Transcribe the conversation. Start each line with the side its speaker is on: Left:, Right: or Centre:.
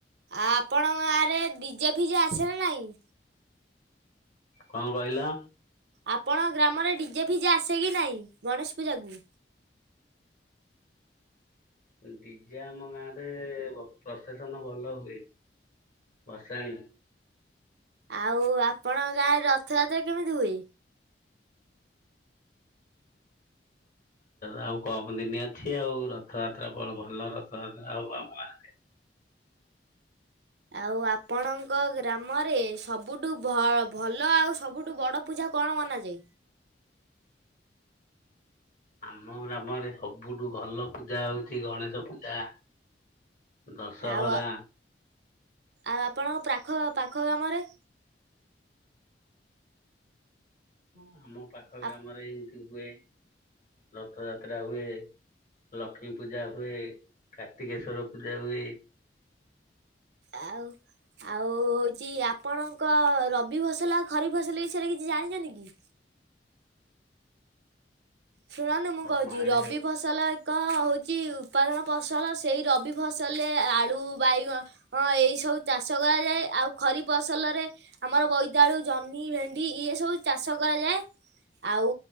Right: ଆପଣଙ୍କ ଆରେ ଡିଜେ ଫିଜେ ଆସେ ନା ନାଇଁ?
Left: କଣ କହିଲ?
Right: ଆପଣଙ୍କ ଗ୍ରାମରେ ଡିଜେ ଫିଜେ ଆସେ କି ନାହିଁ, ଗଣେଶ ପୂଜାକୁ?
Left: ଡିଜେ ଆମ ଗାଁ ରେ ପ୍ରସେଶନ ଭଲ ହୁଏ। ଭଶାଣି
Right: ଆଉ ଆପଣଙ୍କ ଗାଁରେ ରଥଯାତ୍ରା କେମିତି ହୁଏ?
Left: ଆଉ କମ ଦିନି ଅଛି ଆଉ ରଥଯାତ୍ରା ଭଲ ରଥଯାତ୍ରା ହଉ ଆମ ଗାଁ।
Right: ଆଉ ଆପଣଙ୍କ ଗ୍ରାମରେ ସବୁଠୁ ଭଲ ଆଉ ସବୁଠୁ କଣ ମନାଯାଏ?
Left: ଆମ ଗ୍ରାମରେ ସବୁଠୁ ଭଲ ପୂଜା ହଉଛି ଗଣେଶ ପୂଜା। ଦଶହରା
Right: ଆଉ ଆଉ ଆପଣଙ୍କ ପାଖ, ପାଖ ଗାମରେ
Left: ହଁ ଆମ ପାଖ ଗ୍ରାମରେ
Right: ଆପ-
Left: ଏମିତି ହୁଏ, ରଥଯାତ୍ରା ହୁଏ। ଲକ୍ଷ୍ମୀ ପୂଜା ହୁଏ, କାର୍ତ୍ତିକେଶ୍ଵର ପୂଜା ହୁଏ।
Right: ଆଉ ଆଉ ହେଉଛି ଆପଣଙ୍କ ରବି ଫସଲ ଖରିଫ ଫସଲ ବିଷୟରେ କିଛି ଜାଣିଛନ୍ତି କି? ଶୁଣନ୍ତୁ ମୁଁ
Left: ଆମ
Right: କହୁଛି
Left: ଆଡେ
Right: ରବି ଫସ ଫସଲ ଏକ ହେଉଛି ଉତ୍ପାଦନ ପସଲ। ସେଇ ରବି ଫସଲରେ ଆଳୁ, ବାଇଗ ହଁ ଏଇ ସବୁ ଚାଷ କରାଯାଏ ଆଉ ଖରିପ ପସଲରେ ଆମର ବୋଇତାଳୁ, ଜହ୍ନି, ଭେଣ୍ଡି ଇଏ ସବୁ ଚାଷ କରାଯାଏ ଆଉ